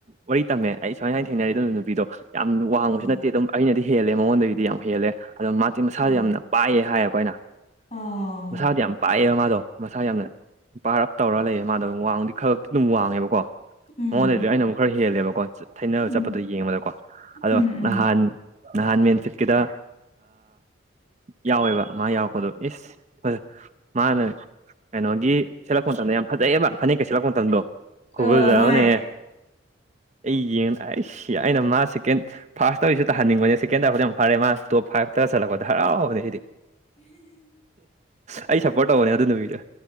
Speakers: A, on the right; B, on the left.
A: ꯋꯥꯔꯤ ꯇꯝꯃꯦ ꯑꯩ ꯁꯨꯃꯥꯏ ꯁꯨꯃꯥꯏꯅ ꯊꯦꯡꯅꯔꯤ ꯑꯗꯨꯅ ꯅꯨꯄꯤꯗꯣ ꯌꯥꯝ ꯋꯥꯡꯕꯁꯨ
B: ꯑꯣ
A: ꯅꯠꯇꯦ ꯑꯗꯨꯝ ꯑꯩꯅꯗꯤ ꯍꯦꯜꯂꯦ ꯃꯉꯣꯟꯗꯒꯤꯗꯒꯤꯗꯤ ꯌꯥꯝ ꯍꯦꯜꯂꯦ ꯑꯗꯣ ꯃꯥꯗꯤꯦ ꯃꯁꯥꯁꯗ
B: ꯑꯣ
A: ꯌꯥꯝꯅ ꯄꯥꯛꯑ ꯍꯥꯏꯌꯦ ꯑꯩꯣꯅ
B: ꯑꯣ
A: ꯃꯁꯥꯗꯣ ꯌꯥꯝ ꯄꯥꯛꯑꯦꯕ ꯃꯥꯥꯗꯣ ꯃꯁꯥ ꯌꯥꯝꯅ ꯄꯥꯔ ꯑꯞ ꯇꯧꯔꯒ ꯂꯩꯌꯦ ꯃꯥꯗꯣꯝ ꯋꯥꯡꯗꯤ ꯈꯔ ꯈꯛꯇꯤ ꯑꯗꯨꯝ ꯋꯥꯡꯉꯦꯕꯀꯣ
B: ꯎꯝ
A: ꯃꯉꯣꯟꯗꯗꯤ ꯑꯩꯅ ꯑꯃꯨꯛ ꯈꯔ ꯍꯦꯜꯂꯦꯕꯀꯣ ꯊꯩꯅꯔ
B: ꯎꯝ
A: ꯆꯠꯄꯗꯣ ꯌꯦꯡꯕꯗꯀꯣ ꯑꯗꯣ
B: ꯎꯝ ꯎꯝ
A: ꯅꯍꯥꯟ ꯅꯍꯥꯟ ꯃꯦꯟꯐꯤꯠꯀꯤꯗ ꯌꯥꯎꯋꯦꯕ ꯃꯥ ꯌꯥꯎꯔꯛꯄꯗꯣ ꯏꯁ ꯃꯥꯅ ꯀꯩꯅꯣꯒꯤ ꯁꯦꯠꯂꯛꯄ ꯃꯇꯝꯗ ꯌꯥꯝ ꯐꯖꯩꯕ ꯐꯅꯦꯛ ꯀꯩ ꯁꯦꯠꯂꯛꯄ ꯃꯇꯝꯗꯣ ꯈꯨꯔꯖꯕꯅꯦꯍ
B: ꯑꯣ ꯍꯣꯏ
A: ꯑꯩ ꯌꯦꯡ ꯑꯩ ꯁꯤ ꯑꯩꯅ ꯃꯥ ꯁꯦꯀꯦꯟ ꯐꯥꯔꯁ ꯇꯧꯔꯤꯁꯤ ꯇꯥꯍꯟꯅꯤꯡꯕꯅꯦ ꯁꯦꯀꯦꯟ ꯇꯔꯐꯗ ꯌꯥꯝ ꯐꯔꯦ ꯃꯥ ꯇꯣꯞ ꯐꯥꯏꯞꯇ ꯆꯠꯂꯛꯄꯗ ꯍꯔꯥꯎꯕꯅꯦ ꯁꯤꯗꯤ ꯑꯩ ꯁꯄꯣꯔꯠ ꯇꯧꯕꯅꯦ ꯑꯗꯨ ꯅꯨꯕꯤꯗ